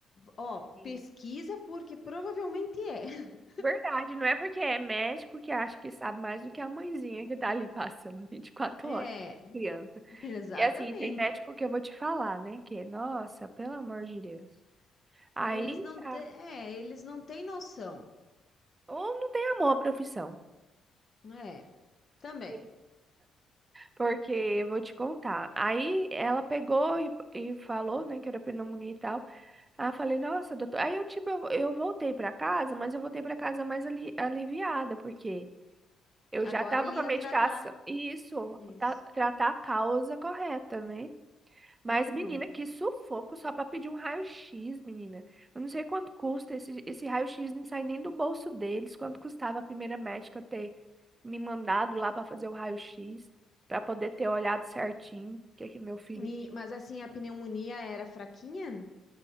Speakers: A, on the left; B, on the right.
A: ó, pesquisa
B: Sim.
A: porque provavelmente é. <laughs>
B: Verdade, não é porque é médico que acha que sabe mais do que a mãezinha que tá ali passando 24
A: É,
B: horas com a criança.
A: exatamente.
B: E assim, tem médico que eu vou te falar, né? Que, nossa, pelo amor de Deus. Aí,
A: Eles não
B: tá.
A: têm, é, eles não têm noção.
B: ou não tem amor à profissão.
A: É, também.
B: Sim. Porque, eu vou te contar. Aí, ela pegou e, e falou, né, que era pneumonia e tal. Aí, eu falei, nossa, doutor. Aí, eu, tipo, eu, eu voltei pra casa, mas eu voltei pra casa mais ali, aliviada, porque eu
A: Agora
B: já tava
A: ele
B: com
A: ia
B: a medicação.
A: tratar
B: E isso,
A: isso.
B: tá- tratar a causa correta, né? Mas,
A: Uhum.
B: menina, que sufoco só pra pedir um raio-x, menina. Eu não sei quanto custa esse, esse raio-x, não sai nem do bolso deles. Quanto custava a primeira médica ter me mandado lá pra fazer o raio-x, pra poder ter olhado certinho o que é que meu filho.
A: E-
B: t-
A: mas assim, a pneumonia era fraquinha?